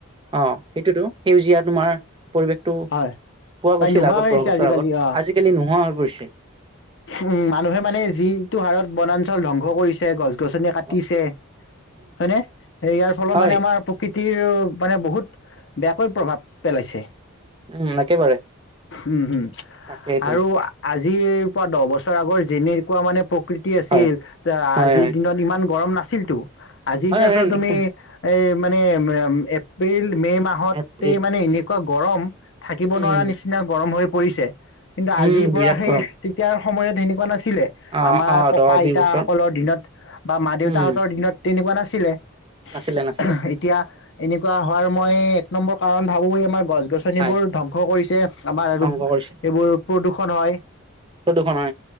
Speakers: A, on the right (about 20°); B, on the left (about 55°).
A: অ সেইটোতো সেউজীয়া তোমাৰ পৰিৱেশ টো পোৱা
B: হয় প্ৰায়
A: গৈছিল
B: নোহোৱা
A: আগত
B: হৈ আহিছে
A: দহ বছৰ
B: আজিকালি
A: আগত
B: অ
A: আজিকালি নোহোৱা হৈ গৈছে
B: উম মানুহে মানে যিটো হাৰত বনাঞ্চল ধ্বংস কৰিছে গছ গছনি এ কাটিছে
A: অ
B: হয় নে সে ইয়াৰ ফলত
A: হয়
B: মানে আমাৰ প্ৰকৃত প্ৰকৃতিৰ মানে বহুত বেয়াকৈ প্ৰভাৱ পেলাইছে।
A: উম একেবাৰে
B: উম হম
A: তাকেইতো
B: আৰু আজি যিয়ে দহ বছৰ আগৰ যেনেকুৱা মানে প্ৰকৃতি আছিল
A: হয় হয়
B: আজিৰ
A: হয়
B: দিনত ইমান গৰম না আছিলতো আজি এতিয়া
A: হয়
B: চোৱা তুমি
A: একদম
B: এই', মানে উ', এপ্ৰিল মে' মাহতে
A: এপ্ৰিল
B: মানে এনেকুৱা গৰম থাকিব
A: উম
B: নোৱাৰা নিচিনা গৰম হৈ পৰিছে। কিন্তু
A: উম,
B: আজিৰ পৰা
A: বিৰাট
B: সেই
A: গৰম
B: ইয়াৰ সময়ত তেনেকুৱা নাছিল। নাছিলে
A: অ',
B: আমাৰ
A: অ',
B: ককা
A: দহ
B: আইতাসকলৰ
A: বিশ বছৰ
B: দিনত বা মা দেউতাহতৰ
A: উম,
B: দিনত তেনেকুৱা নাছিলে। ছিলে।
A: নাছিলে নাছিলে
B: এতিয়া এনেকুৱা হোৱাৰ মই এক নম্বৰ কাৰণ ভাবোঁ এই আমাৰ গছ গছনিবোৰ
A: হয়
B: ধ্বংস কৰিছে আমাৰ আৰু
A: ধ্বংস কৰিছিল
B: এইবোৰ প্ৰদূষণ হয়
A: প্ৰদূষণ হয়